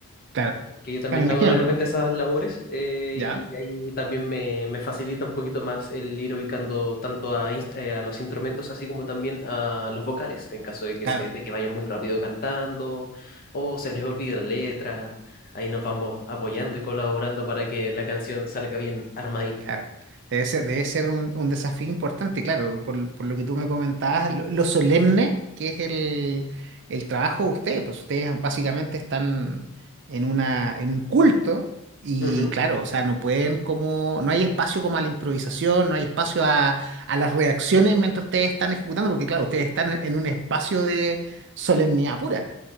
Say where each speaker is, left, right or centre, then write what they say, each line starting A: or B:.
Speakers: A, on the right; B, on the left.
A: Claro,
B: que yo también
A: Ya, me imagino.
B: hago de repente
A: ¿no?
B: esas labores eh,
A: Ya,
B: y ahí también me, me facilita un poquito más el ir ubicando tanto a, ins- eh, a los instrumentos así como también a los vocales en caso de que,
A: claro.
B: se, de que vayan muy rápido cantando o se les olvide la letra. Ahí nos vamos apoyando y colaborando para que la canción salga bien armadita.
A: Claro. Debe ser, debe ser un, un desafío importante, claro, por, por lo que tú me comentabas, lo, lo solemne que es el, el trabajo de ustedes, pues ustedes básicamente están en una, en un culto y
B: Ujú.
A: claro, o sea, no pueden como, no hay espacio como a la improvisación, no hay espacio a, a las reacciones mientras ustedes están ejecutando, porque claro, ustedes están en en un espacio de solemnidad pura.